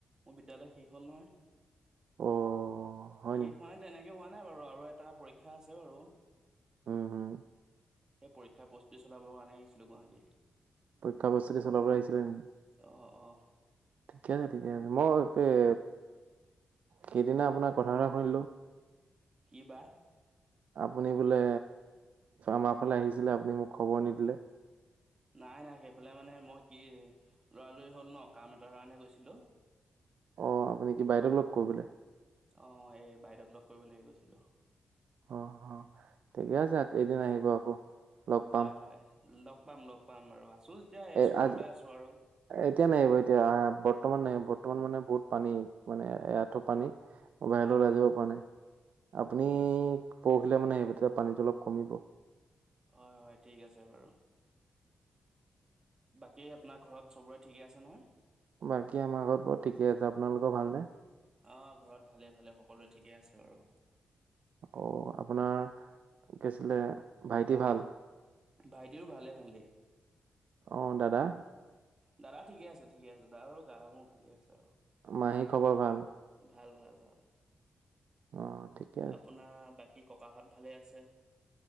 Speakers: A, on the right; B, on the right.
A: মোৰ বিদ্যালয় শেষ হ'ল নহয়।
B: অ' হয়
A: শেষ
B: নেকি?
A: মানে তেনেকে হোৱা নাই বাৰু আৰু এটা পৰীক্ষা আছে বাৰু-
B: উম হুম।
A: সেই পৰীক্ষাৰ প্ৰস্তুতি চলাবৰ কাৰণে আহিছিলোঁ গুৱাহাটী-
B: প্ৰতীক্ষা কবচ চলাব পৰা আহছিলে নেকি?
A: অঁ অঁ
B: ঠিকে আছে ঠিকে আছে মই এই সেইদিনা আপোনাৰ কথা বথা শুনিলো।
A: কি বা।
B: আপুনি বোলে আমাৰ ফালে আহিছিলে আপুনি মোক খবৰ নিদিলে।
A: নাই নাই সেইফালে মানে মই কি ল'ৰালৰি হ'ল ন কাম এটাৰ কাৰণে গৈছিলোঁ।
B: অ আপুনি কি বাইদেউক লগ কৰিবলে।
A: অ এই বাইদেউক লগ কৰিবলে গৈছিলো।
B: অ অ ঠিকে আছে কে এদিন আহিব আকৌ। লগ পাম
A: হয় হয় লগ পাম লগ পাম বাৰু আছো যেতিয়া
B: এ
A: চহৰতে
B: আজি
A: আছো। আৰু
B: এতিয়া নাই বাৰু এতিয়া বৰ্তমান নাই বৰ্তমান মানে বহুত পানী মানে এথো পানী। অ বাহলৈ
A: হয়
B: ওলাই যাব পৰা নাই আপুনি
A: হয় হয়
B: পৰহিলৈ মানে আহিব। তেতিয়া পানীটো অলপ কমিব
A: হয় হয় ঠিক আছে। বাৰু বাকী আপোনাৰ ঘৰত চবোৰে ঠিকে আছে। নহয়
B: বাকী আমাৰ আ ঘৰত বাৰু ঠিকে আছে। আপোনালোকৰ ভালনে
A: অ ঘৰত ভালে ভালে সকলোৱে ঠিকে আছে। বাৰু
B: অ আপোনাৰ কিছিলে ভাইটি ভাল?
A: ভাইটিৰো ভালে ভালেই।
B: অ দাদা?
A: দাদা ঠিকে আছে ঠিকে আছে দাদা আৰু গা মোৰ ভালেই আছে আৰু।
B: মাহী খবৰ ভাল?
A: ভাল ভাল ভাল।
B: অ ঠিকে আছে
A: আপোনাৰ বা- কী ককাহঁত ভালে আছে?